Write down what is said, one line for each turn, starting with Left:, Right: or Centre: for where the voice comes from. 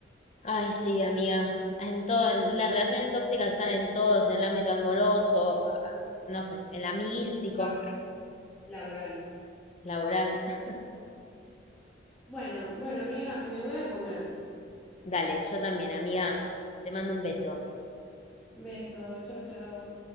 Left: Ay, sí, amiga. En todo, las relaciones tóxicas están en todos, en el ámbito amoroso, a- a- no sé, en el amiguístico,
Centre: Labu- Laboral.
Left: laboral. <laughs>
Centre: Bueno, bueno, amiga, me voy a comer.
Left: Dale, yo también, amiga. Te mando un beso.
Centre: Beso, chau, chau.